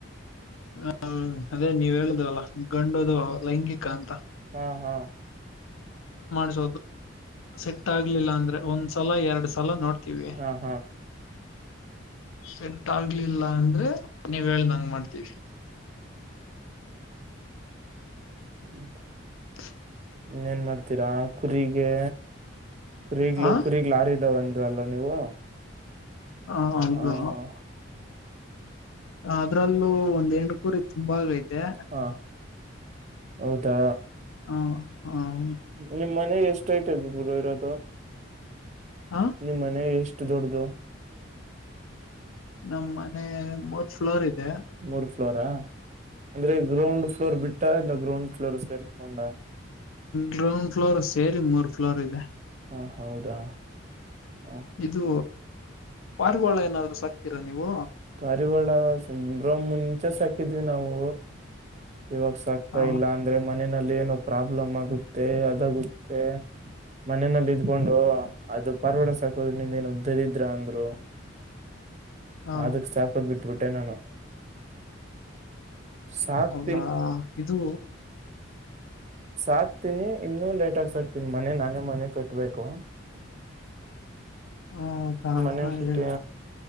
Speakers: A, on the left (about 85°); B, on the right (about 35°).
A: ಹೌದು ಅದೇ ನೀವ್ ಹೇಳುದ್ರಲ್ಲ ಗಂಡದು ಲೈಂಗಿಕ ಗ್ರಾಂತ
B: ಹುಂ ಹುಂ
A: <unintelligible> ಸೆಟ್ ಆಗ್ಲಿಲ್ಲ ಅಂದ್ರೆ ಒಂದ್ಸ ಸಲ ಎರಡು ಸಲ ನೋಡ್ ತೀವಿ
B: ಹಾ ಹಾ
A: ಸೆಟ್ ಆಗ್ಲಿಲ್ಲ ಅಂದ್ರೆ ನೀವ್ ಹೇಳ್ದಂಗ ಮಾಡ್ತೀವಿ
B: ಹ್ಮ್
A: <inaudible>
B: ಇನ್ ಏನ್ ಮಾಡ್ತೀರಾ ಕುರಿಗೆ ಕುರೀಗ್ಲು
A: ಆ
B: ಕುರೀಗ್ಗ ಲಾರಿದಾವಂತ್ ದಲ್ಲೋ ನೀವು
A: ಹಾ ಹೌದು
B: ಹ ಹ
A: ಅದ್ರಲ್ಲೂ ಒಂದೆ ಹೆಣ್ ಕೂರಿ ತುಂಬಾ ವೇಟ್ ತೆ
B: ಹ ಹೌದಾ
A: ಹ್ಮ್ ಅಂ
B: ನಿಮ್ ಮನೆ ಎಷ್ಟ ಹೈಟು ರೀಬೋದುದು ಗುರು ಇರೋದು
A: ಹ
B: ನಿಮ್ ಮನೆ ಎಷ್ಟು ಎಷ್ಟು ದೊಡ್ಡದು
A: ನಮ್ಮ ಮ ಮೂದ ಫ್ಲೋರ್ ಇದೆ
B: ಮೂರ್ ಫ್ಲೋರಾ ಅಂದ್ರೆ ಗ್ರೌಂಡ್ ಫ್ಲೋರ್ ಬಿಟ್ಟ ಇಲ್ಲ ಗ್ರೌಂಡ್ ಫ್ಲೂರ್ ಸೇರಿಸಕೊಂಡ
A: ಗ್ರೌಂಡ್ ಫ್ಲೋರ್ ಸೇರಿ ಮೂರ್ ಫ್ಲೋರ್ ಇದೆ
B: ಹಾ ಹೌದಾ ಹ
A: ಇದು ಪಾರವಾಳ ಏನಾದ್ರು ಸಾಕ್ತೀರಾ ನೀವು
B: ಪಾರಿವಳ ಸಂಬ್ರ್ಮಣ ಚೆಸ್ ಹಾಕಿದ್ವಿ ನಾವು ಇವಾಗ ಸಾಕ್ತಾ
A: ಹ
B: ಇಲ್ಲ ಅಂದ್ರೆ ಮನೆಯಲ್ಲಿ ಏನೋ ಪ್ರಾಬ್ಲಮ್ ಆಗುತ್ತೆ ಅದಾಗುತ್ತೆ ಮನನಲ್ಲ ಇದ್ಕೊಂಡು ಅದು ಪಾರಿವಾಳ ಸಾಕೋದಿಂದ್ರ ನಿಂದ ಏನೋ ದರಿದ್ರ ಅಂದ್ರು
A: ಹಾ
B: ಅದಕ್ ಸಾಕೋದ್ ಬಿಟ್ಟು ಬೀಟೆ ನಾನು ಸಾತ್
A: ಹಾ ಇದು
B: ಸಾತ್ ತೀನಿ ಇನ್ನು ಲೇಟ್ ಸಾಕ್ತಿನಿ ಮನೆ ನಾನೇ ಮನೆ ಕಟ್ಬೇಕು
A: ಹ
B: ಮನೆ ಸಟ್ಟ
A: ಹೇಳಿ